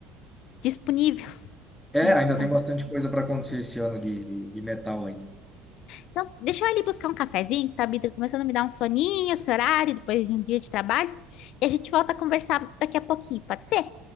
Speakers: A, on the left; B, in the centre.
A: disponível,
B: É,
A: né?
B: ainda
A: Pra...
B: tem bastante coisa para acontecer esse ano de, de, de metal aí.
A: Então, deixa eu ali buscar um cafezinho, que tá me- tá começando a me dar um soninho, esse horário, depois de um dia de trabalho. E a gente volta a conversar daqui a pouquinho, pode ser?